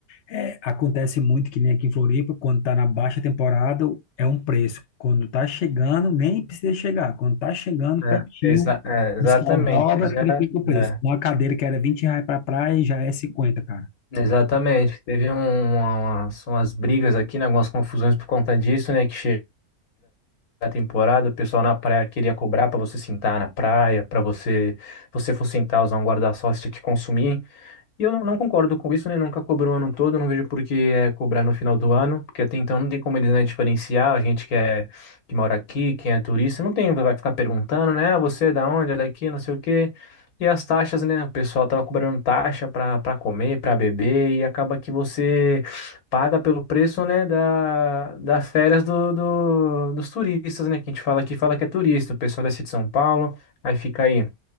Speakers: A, on the left (about 60°); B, on the left (about 75°).
A: É, acontece muito que nem aqui em Floripa, quando tá na baixa temporada, é um preço. Quando tá chegando, nem precisa chegar. Quando tá chegando
B: É,
A: pertinho,
B: exa- é, exatamente.
A: os caras dobra,
B: Você Já,
A: triplica o preço.
B: é,
A: Uma cadeira que era 20 reais pra praia já é 50, cara.
B: exatamente. Teve um- uma- umas, umas brigas aqui, né, algumas confusões por conta disso, né? Que chega a temporada, o pessoal na praia queria cobrar para você sentar na praia, para você, se você for sentar, usar um guarda-sol, você tinha que consumir. E eu não, não concordo com isso, né? Nunca cobrou o ano todo, não vejo por que é cobrar no final do ano, porque até então não tem como eles, né, diferenciar a gente que é que mora aqui, quem é turista, não tem, vai ficar perguntando, né? Ah, você é da onde? É daqui, não sei o quê. E as taxas, né? O pessoal tava cobrando taxa para para comer, para beber, e acaba que você paga pelo preço, né, da, das férias do, do- dos turistas, né? Que a gente fala aqui, fala que é turista, o pessoal desce de São Paulo, aí fica aí